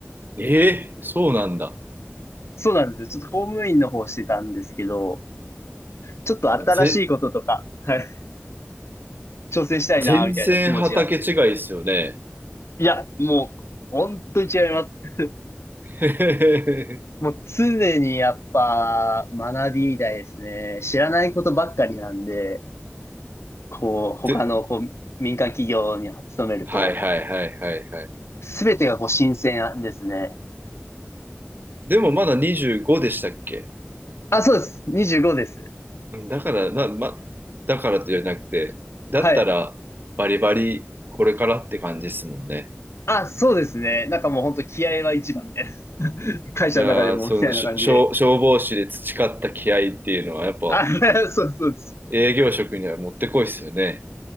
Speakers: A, on the right; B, on the left.
A: ええ、そうなんだ。
B: そうなんですよ。ちょっと公務員の方してたんですけど、ちょっと新しいこととか、
A: あの、ぜ、
B: はい、挑戦したいな、
A: 全然畑違いですよね。
B: みたいな気持ちがあって。いや、もう、本当に違います。
A: へへへへ
B: もう常にやっぱ学びみたいですね。知らないことばっかりなんで、こう、他のこう民間企業に勤めると、
A: で、はいはいはいはいはい。
B: すべてがこう新鮮ですね。
A: でもまだ25でしたっけ
B: あ、そうです。25です。
A: うんだから、な、ま、だからとじゃなくて、だったら、
B: はい。
A: バリバリ、これからって感じですもんね。
B: あ、そうですね。なんかもう本当気合は一番みたいな。<laughs> 会社の中でもみたいな感じで。
A: いやー、その、しょ、消消防士で培った気合っていうのは、やっぱ、
B: あ、<laughs> そうそうです。
A: 営業職にはもってこいっすよね。